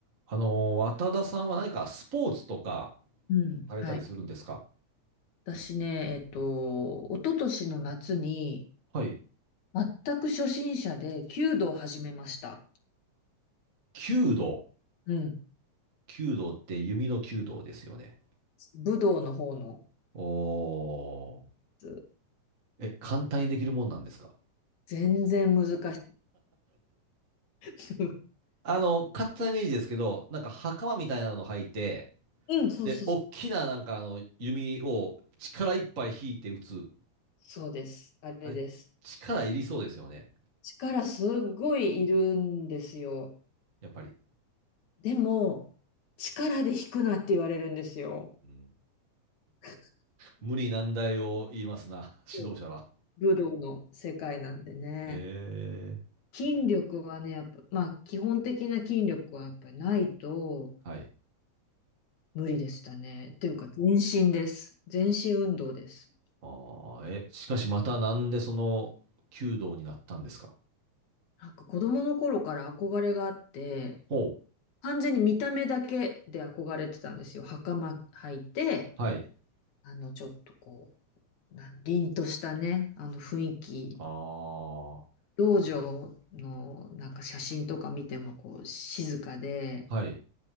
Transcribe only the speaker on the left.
うん、
はい。私ね、えっと、一昨年の夏に、
全く初心者で弓道を始めました。
うん。
武道の方の
やつ、
全然難しい。<laughs>
うん、そうそうそう。
そうです。あれです。
力すっごいいるんですよ。
でも、力で引くなって言われるんですよ。
<laughs>
そう武道の世界なんでね。
筋力はね、やっぱ、まあ基本的な筋力はやっぱりないと、
無理でしたね。っていうか、全身です。全身運動です。
なんか子供の頃から憧れがあって、
完全に見た目だけで憧れてたんですよ。袴履いて、
あの、ちょっとこう、なん、凛としたね、あの雰囲気。
道場のなんか写真とか見てもこう、静かで、